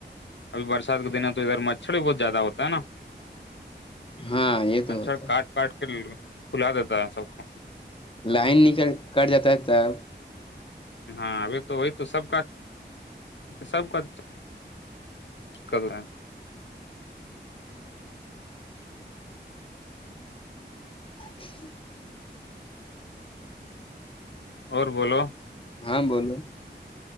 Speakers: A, on the left; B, on the left.
A: ابھی برسات کے دن ہے تو ادھر مچ مچھر بہت زیادہ ہوتا ہے نا
B: ہاں یہ تو
A: مچھر
B: ہوتا
A: کاٹ کاٹ کر پھلا دیتا ہے سب کو
B: لائن نکل کٹ جاتا ہے تب
A: ہاں ابھی تو وہی تو سب کا سب کا کر رہا
B: <unintelligible> ا
A: اور بولو
B: ہاں بولو